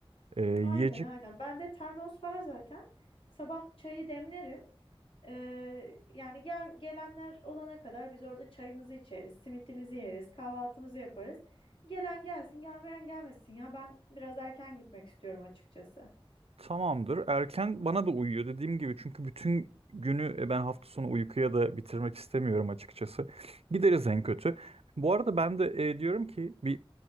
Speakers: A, on the right (about 85°); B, on the left (about 70°).
A: Ee, yiyecek.
B: Aynen aynen. Bende termos var zaten. Sabah çayı demlerim. Ee, yani gel, gelenler olana kadar biz orada çayımızı içeriz, simitimizi yeriz, kahvaltımızı yaparız. Gelen gelsin, gelmeyen gelmesin ya. Ben biraz erken gitmek istiyorum açıkçası.
A: Tamamdır. Erken bana da uyuyor dediğim gibi çünkü bütün günü e, ben hafta sonu uykuya da bitirmek istemiyorum açıkçası. Gideriz en kötü. Bu arada ben de e, diyorum ki bir